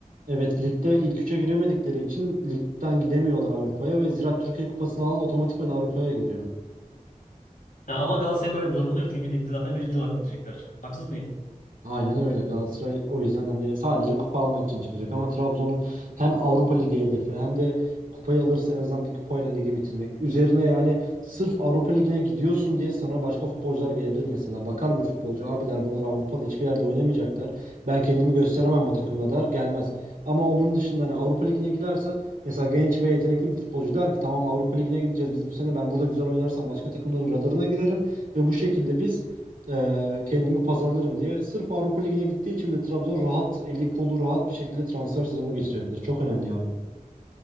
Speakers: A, on the right; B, on the left.
A: evet ligde ilk üçe giremedikleri için ligden gidemiyorlar Avrupa'ya ve Ziraat Türkiye Kupası'nı alan otomatikman Avrupa'ya gidiyor.
B: Yani ama Galatasaray'ın böyle bir zorunluluğu yok. Çünkü ligde zaten birinci olarak bitecekler. Haksız mıyım?
A: Aynen öyle Galatasaray o yüzden hani sadece kupa almak için çıkacak ama Trabzon'un hem Avrupa Ligi hedefi hem de kupayı alırsa en azından bir kupayla ligi bitirmek. Üzerine yani sırf Avrupa Ligi'ne gidiyorsun diye sana başka futbolcular gelebilir mesela. Bakar bir futbolcu abi der bunlar Avrupa'da hiçbir yerde oynamayacaklar. Ben kendimi gösteremem bu takımda der gelmez. Ama onun dışında hani Avrupa Ligi'ne gidersen mesela genç ve yetenekli bir futbolcu der ki tamam Avrupa Ligi'ne gideceğiz biz bu sene ben burada güzel oynarsam başka takımların radarına girerim ve bu şekilde biz ee, kendimi pazarlarım diye. Sırf Avrupa Ligi'ne gittiği için bile Trabzon rahat, eli kolu rahat bir şekilde transfer sezonu geçirebilir. Çok önemli yani.